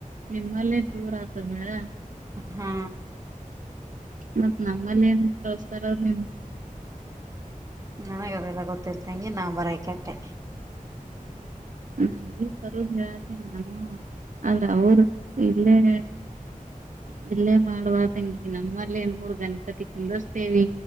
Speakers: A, on the right; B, on the right.
A: ನಿಮ್ಮಲ್ಲಿ ಚೂರ್ ಆತಾ ಮಳೆ
B: ಹಾ
A: ಮತ್ತ್ ನಮ್ಮಲ್ಲಿ ಏನ್ ಕಳಸ್ತಾರ ನೀಮ
B: ನನಗ ಅದೆಲ್ಲ ಗೊತ್ತಿಲ್ ತಂಗಿ ನಾ ಬರಾಕಿ ಅಟ್ಟೆ
A: <unintelligible> ಬರುದು ಹೇಳತಿ ನಾನು ಆದ್ರೆ ಅವ್ರ್ ಇಲ್ಲೇ <inaudible> ಇಲ್ಲೇ ಮಾಡುವದಂಗಿ ನಮ್ಮಲ್ಲ ಏನ್ ಹ ಗಣಪತಿ ಕುಂದರ್ಸ್ತೇವಿ